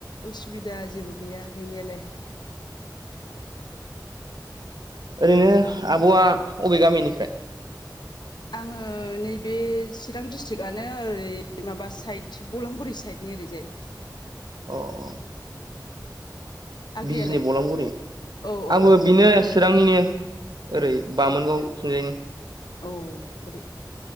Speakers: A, on the left; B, on the right.
A: उसुबिदा जेबो गैया गैनायालाय
B: ओरैनो आब'आ बबे गामिनिफ्राय
A: आङो नैबे चिरां डिस्ट्रिकआनो ओरै माबा साइद बलांगुरि साइडनि ओरैजाय
B: औ औ
A: आगैयालाय
B: बिजनि बलांगुरि
A: औ औ
B: आंबो
A: औ
B: बिनो चिरांनिनो ओरै
A: औ
B: बामोनगाव थिंनजायनि
A: औ ओरै